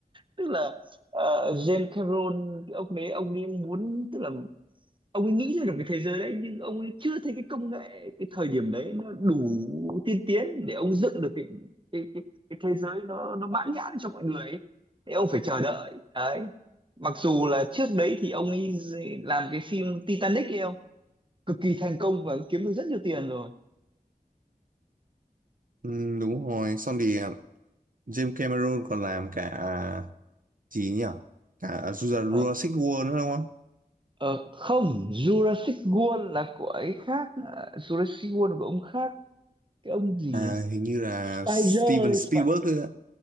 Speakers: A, on the right; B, on the right.
A: tức là ờ, James Cameron cái ông đấy ông ấy muốn tức là ông ấy nghĩ ra được cái thế giới đấy nhưng ông ấy chưa thấy cái công nghệ cái thời điểm đấy nó đủ tiên tiến để ông dựng được cái cái cái, cái thế giới nó nó mãn nhãn cho mọi người ấy. Thế ông phải chờ đợi đấy mặc dù là trước đấy thì ông ấy làm cái phim Titanic ấy không cực kỳ thành công và kiếm được rất nhiều tiền rồi
B: Ừm, đúng rồi xong thì ờ, James Cameron còn làm cả à, gì nhỉ cả Jura-
A: Ờ,
B: Jurassic World nữa đúng không
A: ờ, không Jurassic World là của ấy khác à, Jurassic World là của ông khác cái ông gì
B: à,
A: nhỉ
B: hình như là
A: Spider
B: Steven Spielberg
A: Sp
B: ấy ạ.